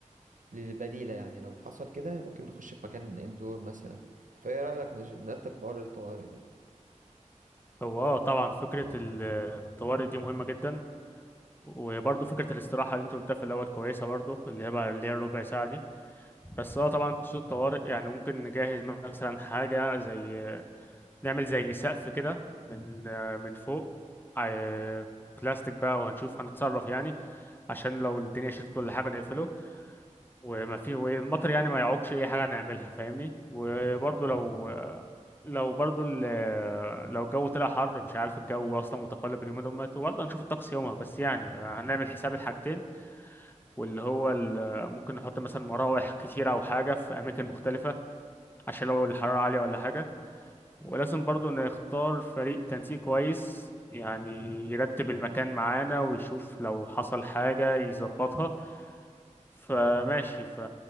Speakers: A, on the right; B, on the left.
A: للبديلة يعني لو حصل كده ممكن نخش في مكان اندور مثلا فايه رأيك نج- نرتب حوار الطوارئ ده
B: هو اه طبعا فكرة الطوارئ دي مهمة جدا وبرضه فكرة الاستراحة اللي انت قلتها في الأول كويسة برضه اللي هي بقى اللي هي الربع ساعة دي بس اه طبعا خصوص الطوارئ يعني ممكن نجهز مثلا حاجة زي نعمل زي سقف كده من من فوق آه، بلاستيك بقى وهنشوف هنتصرف يعني عشان لو الدنيا شتت ولا حاجة نقفله وما في والمطر يعني ما يعوقش أي حاجة نعملها فاهمني وبرضه لو لو برضه ال- لو الجو طلع حر مش عارف الجو أصلا متقلب اليومين دول وبرضه هنشوف الطقس يومها بس يعني هنعمل حساب الحاجتين واللي هو ال- ممكن نحط مثلا مراوح كتيرة أو حاجة في أماكن مختلفة عشان لو الحرارة عالية ولا حاجة ولازم برضه نختار فريق تنسيق كويس يعني يرتب المكان معانا ويشوف لو حصل حاجة يظبطها فماشي فا